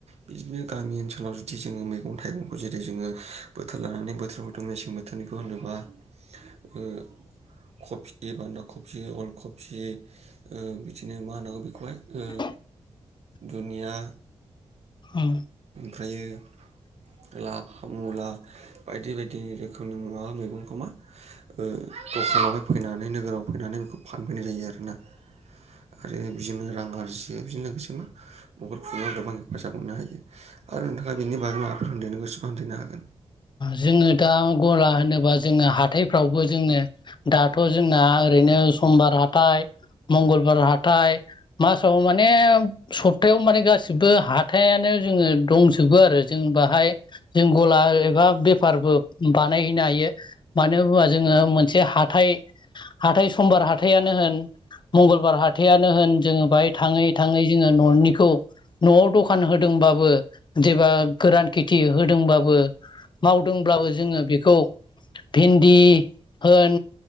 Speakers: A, on the right (about 75°); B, on the left (about 45°).
A: बिदिनो गामि ओनसोलाव जु दि जोङो मैगं थाइगंखौ जेरै जोङो बोथोर लानानै बोथोर मेसें बोथोरनिखौ होनोबा ओ कपि, बान्दा कबि, अल कबि बिदिनो मा होनांगौ बेखौहाय ओ
B: <inaudible>
A: दुनिया
B: ओम।
A: फ्रायो
B: <inaudible>
A: लाफा मुला बायदि बायदि रोखोमनि मुबा मैगंखौ मा ओ दखानावहाय फैनानै नोगोराव फैनानै बेखौ फानफैनाय जायो आरोना। आरो बिदिनो रां आरजियो बिजों लोगोसे मा न'खर खुाव गोबां हेफाजाब मोननो हायो। आरो नोंथाङा बेनि बागै माबाफोर होनदेरनो गोसोबा होनदेरनो हागोन।
B: जोङो दा गला होनोबा जोङो हाथायफ्रावबो जोङो दाथ' जोंना ओरैनो समबार हाथाय मंगलबार हाथाय मासाव माने सपथायाव माने गासिबो हाथायानो जोङो दंजोबो आरो जों बाहाय जों गला एबा बेफारबो बानायहैनो हायो मानो होना जोङो मोनसे हाथाय हाथाय समबार हाथायानो होन मंगलबार हाथायानो होन जोङो बाहाय थाङै थाङै जोङो न'निखौ न'आव दखान होदोंबाबो जेबा गोरान खेथि होदोंबाबो मावदोंब्लाबो जोङो बेखौ भिन्दि होन